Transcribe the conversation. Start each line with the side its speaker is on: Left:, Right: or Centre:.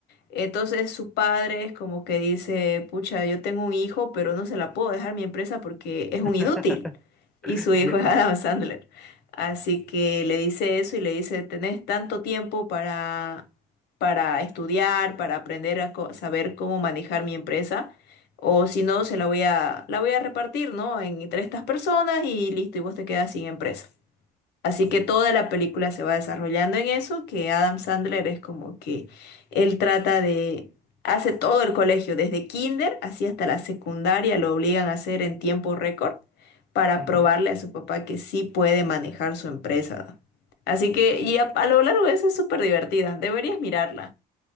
Left: Entonces su padre es como que dice, pucha, yo tengo un hijo, pero no se la puedo dejar mi empresa porque es un
Centre: <laughs>
Left: inútil. Y su hijo
Centre: Ya.
Left: <laughs> es Adam Sandler. Así que le dice eso y le dice, tenés tanto tiempo para, para estudiar, para aprender a co- saber cómo manejar mi empresa. O si no, se la voy a, la voy a repartir, ¿no? En, entre estas personas y listo, y vos te quedas sin empresa. Así que toda la película se va desarrollando en eso, que Adam Sandler es como que él trata de, hace todo el colegio, desde kinder así hasta la secundaria, lo obligan a hacer en tiempo récord para
Centre: ujú.
Left: probarle a su papá que sí puede manejar su empresa. Así que, y a, a lo largo de eso es súper divertida, deberías mirarla.